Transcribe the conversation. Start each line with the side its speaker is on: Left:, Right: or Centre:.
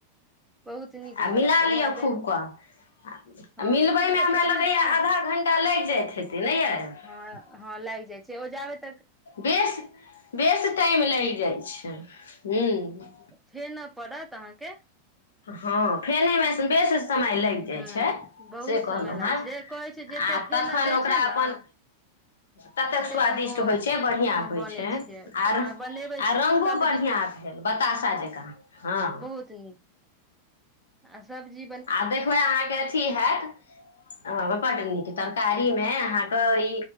Centre: बहुत नीक
Left: आ
Centre: बनत
Left: मिला
Centre: उएह
Left: लिअ
Centre: देल
Left: खूब क <unintelligible>
Centre: हँ
Left: आ मिलबैमे
Centre: खूब के
Left: हमरा
Centre: फेनबै
Left: लगैए
Centre: ने
Left: आधा घण्टा लागि जाइत हेतै नहि यए।
Centre: हँ
Left: <unintelligible>
Centre: हँ लागि जाइ छै। <unintelligible> सेओ जाएे। <unintelligible>
Left: बेस -बेस टाइम लागि जाइ छै <unintelligible> ह्म्म।
Centre: फेनऽ पड़त अहाँके। <unintelligible>
Left: हँ फेनेमे बेसन। <unintelligible> समय लागि जाइ
Centre: ह
Left: छै
Centre: बहुत
Left: से कहलहुँ
Centre: समय लागै
Left: हेँ
Centre: छै जे कहै छै जते
Left: आ
Centre: फेनल
Left: तखन
Centre: जाइ
Left: ओकरा
Centre: छै
Left: अपन
Centre: ने
Left: ततेक स्वादिष्ट
Centre: अहाँके ओ
Left: होइ छै बढ़िआँ
Centre: अहाँ
Left: होइ
Centre: बनै
Left: छै
Centre: छियै
Left: आ
Centre: अहाँ बनेबै
Left: -आ रङ्गो
Centre: सब्जी
Left: बढ़िआँ
Centre: तऽ
Left: भेल बताशा जकाँ हँ।
Centre: बहुत
Left: <unintelligible>
Centre: <unintelligible> आ सबबजी।
Left: आ देखबै अहाँके अथी <unintelligible> हत ब नीक तरकारी मे अहाँ। ई